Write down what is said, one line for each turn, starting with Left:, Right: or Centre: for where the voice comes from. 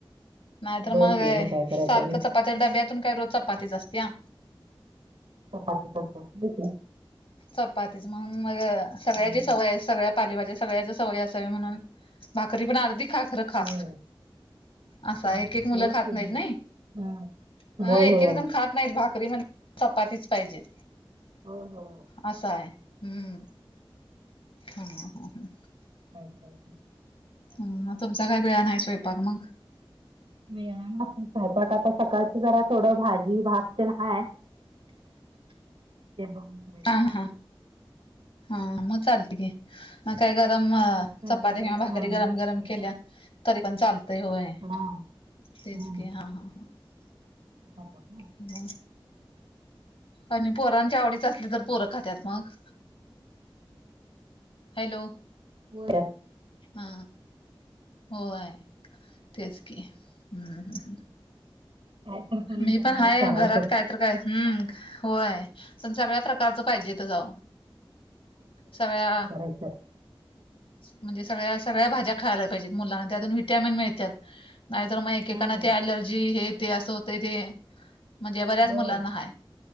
Left: नाहीतर
Right: होय
Left: मग
Right: की काय करायचं
Left: सारख
Right: आणि
Left: चपाती त डब्यातून काय रोज चपातीच असतेया.
Right: चपातीच असतेय? होय की.
Left: चपातीच म्हणून म
Right: हम्म
Left: सगळ्याचीच सवय आहे सगळ्या पालेभाज्या सगळ्याच सवय असावी म्हणून भाकरी पण अर्धी खा खरं खा.
Right: होय
Left: असा
Right: होय
Left: एक एक मुलं
Right: की
Left: खात नाहीत
Right: आणि
Left: नई
Right: हा
Left: म
Right: होय
Left: एक
Right: होय
Left: एक जण खात नाहीत भाकरी म्हण चपातीच पाहिजे.
Right: होय होय हो.
Left: असा आहे हम्म हम्म हं.
Right: <unintelligible>
Left: हम्म तुमचा काय वेळान आहे स्वयंपाक मगं.
Right: वेळान स्वयपाक आता सकाळच जरा थोडं भाजी भात ते हाय. <unintelligible>
Left: हा हा हा म चालते की. मग काय गरम
Right: मिस्टर
Left: चपात्या
Right: जेवायला
Left: किंवा भाकरी
Right: पण आलं
Left: गरम
Right: नाहीत
Left: गरम
Right: दुपारी
Left: केल्या तरी पण चालतय होय
Right: हा
Left: तेच
Right: हम्म
Left: की हा हा.
Right: <unintelligible>
Left: <unintelligible> आणि पोरांच्या आवडीच असल तर पोरं खात्यात मगं. हॅलो.
Right: होय.
Left: हा होय तेच. की हम्म.
Right: काय तर करून
Left: मी
Right: जरा
Left: पण हाय
Right: जरा चारायचंच
Left: घरात काय तर काय हम्म होय पण सगळ्या प्रका च पाहिजेेत जाऊन सगळ्या
Right: अच्छा.
Left: म्हणजे सगळ्या सगळ्या भाज्या खायला पाहिजेत मुलांना त्यातून व्हिटॅमिन मिळत्यात. नाही त मग एकेकाना
Right: हम्म
Left: ते अलर्जी हे ते असं होतय ते. म्हणजे बऱ्याच
Right: होय
Left: मुलांना हाय